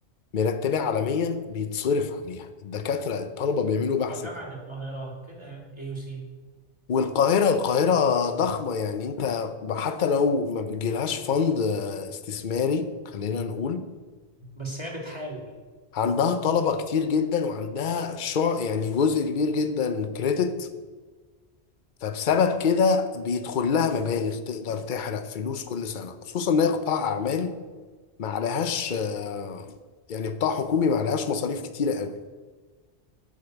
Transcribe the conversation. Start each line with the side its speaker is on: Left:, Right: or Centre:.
Left: مرتبة عالميا بيتصرف عليها الدكاترة الطلبة بيعملوا بحث
Right: اه جامعة
Left: علمي
Right: القاهرة كده يعني اي يو سي
Left: والقاهرة القاهرة ضخمة يعني انت حتى لو ما بيجيلهاش فند استثماري خلينا نقول
Right: بس هي بتحاول
Left: عندها طلبة كتير جدا وعندها شع يعني جزء كبير جدا كريدت فبسبب كده بيدخل لها مبالغ تقدر تحرق فلوس كل سنة خصوصا ان هي قطاع اعمال ما عليهاش آه، يعني قطاع حكومي ما عليهاش مصاريف كتيرة قوي